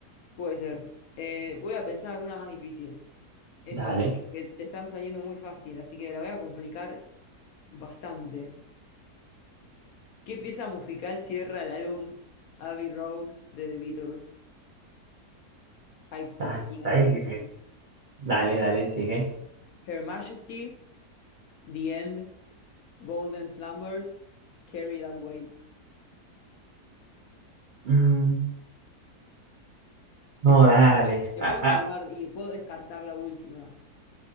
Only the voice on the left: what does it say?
Puede ser. Eh, voy a pensar alguna más difícil. Eso,
que te están saliendo muy fácil, así que la voy a complicar bastante. ¿Qué pieza musical cierra el álbum Abbey Road de The Beatles? Hay
opciones
de
canciones.
Her Majesty, The End, Golden Slumbers, Carry That Weight.
Te puedo,
te
puedo ayudar
y puedo descartar la última.